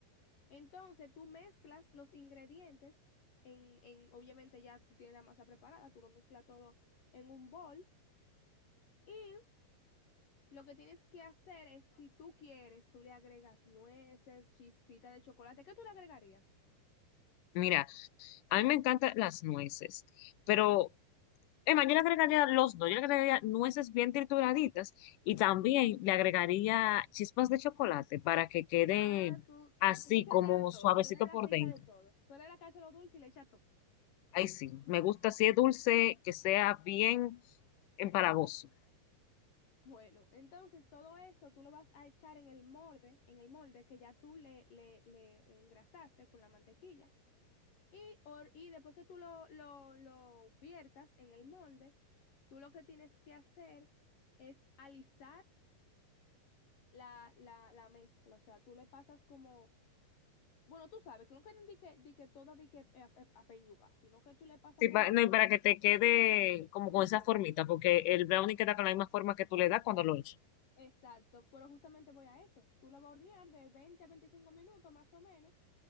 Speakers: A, on the left; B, on the left.
A: Entonces tú mezclas los ingredientes en, en, obviamente ya tú tienes la masa preparada, tú lo mezclas todo en un bol y lo que tienes que hacer es, si tú quieres, tú le agregas nueces, chispita de chocolate. ¿Qué tú le agregarías?
B: mira, a mí me encantan las nueces, pero, Emma, yo le agregaría los dos, yo le agregaría nueces bien trituraditas y también le agregaría chispas de chocolate para que quede
A: Ah, tú,
B: así
A: tú, tú le echarías
B: como
A: todo,
B: suavecito
A: tú eres la
B: por
A: que echa
B: dentro
A: de todo. Tú eres la que hace lo dulce y le echa todo.
B: Ay, sí, me gusta si es dulce, que sea bien empalagoso.
A: Bueno, entonces todo esto tú lo vas a echar en el molde, en el molde que ya tú le, le, le engrasaste con la mantequilla. Y, or- y después que tú lo, lo, lo viertas en el molde, tú lo que tienes que hacer es alisar la, la, la mezcla. O sea, tú le pasas como, bueno, tú sabes que nunca di que, di que toda di que eh, eh, a, peñuga, sino que tú le pasas
B: Sí,
A: como
B: pa- no, y para que te quede como
A: uniforme.
B: con esa formita, porque el brownie queda con la misma forma que tú le das cuando lo echas.
A: Exacto, pero justamente voy a eso. Tú lo vas a hornear de 20 a 25 minutos más o menos.